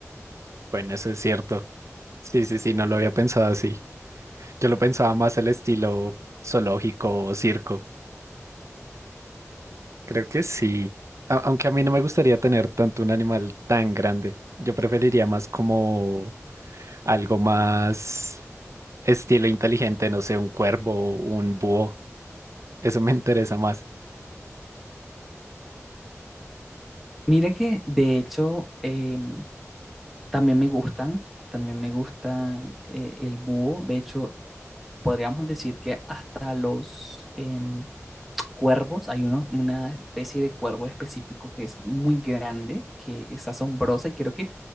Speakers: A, on the right (about 65°); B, in the centre.
A: Bueno, eso es cierto. Sí, sí, sí, no lo había pensado así. Yo lo pensaba más el estilo zoológico o circo. Creo que sí. A- aunque a mí no me gustaría tener tanto un animal tan grande. Yo preferiría más como algo más estilo inteligente, no sé, un cuervo, un búho. Eso me interesa más.
B: Mira que de hecho em, también me gustan, también me gustan eh, el búho. De hecho, podríamos decir que hasta los em, cuervos, hay uno- una especie de cuervo específico que es muy grande, que es asombrosa y creo que